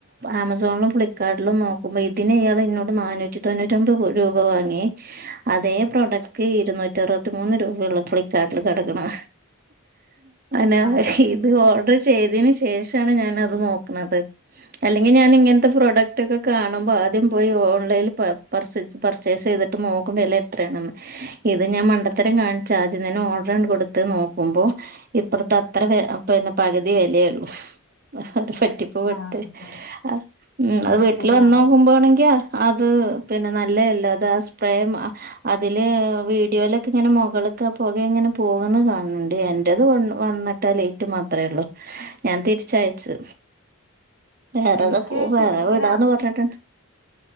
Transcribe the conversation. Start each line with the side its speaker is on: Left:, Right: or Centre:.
Right: ആമസോണിലും ഫ്ലിപ്പ്കാർട്ടിലും നോക്കി ക്കുമ്പോ ഇതിനയാൾ എന്നോട് നാനൂറ്റി- തൊണ്ണൂറ്റൊൻമ്പത് രൂപ വാങ്ങി അതേ പ്രോഡക്റ്റ് ഇരുന്നൂറ്റി അറുപത്തിമൂന്ന് രൂപ ഉള്ളു ഫ്ലികാ ർട്ടിൽ കിടക്കാണ് നെ
Left: ആഹ്
Right: ഇതു ഓഡർ - ചെയ്തെന് ശേഷണ് ഞാനത് നോക്കുന്നത് അല്ലെങ്കിൽ ഞാൻ ഇങ്ങനത്തെ പ്രോഡക് ഒക്കെ കാണുമ്പോ ആദ്യം പോയി ഓൺലൈൽ പാ - പാർസച് പർച്ചേസ് ചെയ്തിട്ട് നോക്കും വില എത്രയാണന്ന് ഇത് ഞാൻ മണ്ടത്തരം കാണിച്ച ആദ്യംതന്നെ ഓഡർ - കൊടുത്ത് നോക്കുമ്പോ ഇപ്പത്തെ അത്ര പിന്നെ പകുതി വിലയള്ളൂ ഒരു പറ്റിപ്പ് പെട്ട്
Left: ആഹ് അതെ
Right: അ ഉ അത്
Left: അതെ
Right: വീട്ടിൽ
Left: ശരിയാണ്
Right: വന്ന് നോക്കുമ്പോ ആണെങ്കിൽ അത് പിന്നെ നല്ലതല്ല അത് ആ സ്പ്രേ അതില് വീഡിയോയിലക്കെ ഇങ്ങനെ മുകളിക്ക് പോകയിങ്ങനെ പോക- പോകന്ന് കാണണ്ടണ്ട് എന്റെത് വന്നിട്ടാ ലേറ്റ് മാത്ര ഉള്ളു ഞാൻ തിരിച്ചയച്ചു വേറെതൊക്ക
Left: എനിക്ക് വെച്ച്
Right: വേറെ
Left: എനിക്കിങ്ങനെ
Right: വിടാന്ന് പറഞ്ഞിട്ടുണ്ട്